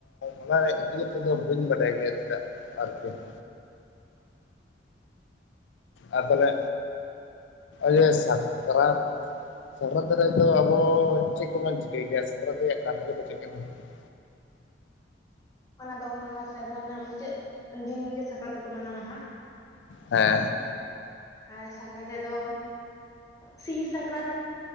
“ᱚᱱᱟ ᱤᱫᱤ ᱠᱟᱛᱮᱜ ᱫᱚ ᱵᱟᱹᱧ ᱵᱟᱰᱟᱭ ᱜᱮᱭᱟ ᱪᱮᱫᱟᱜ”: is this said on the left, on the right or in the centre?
Left